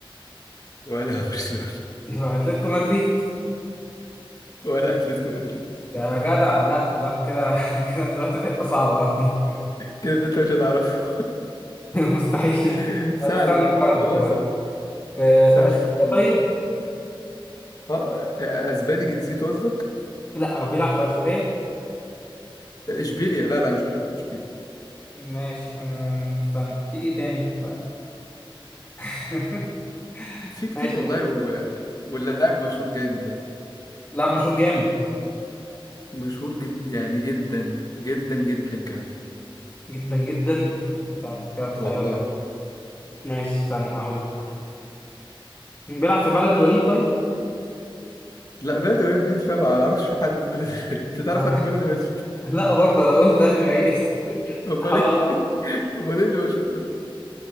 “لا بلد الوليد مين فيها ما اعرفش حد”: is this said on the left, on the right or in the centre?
Left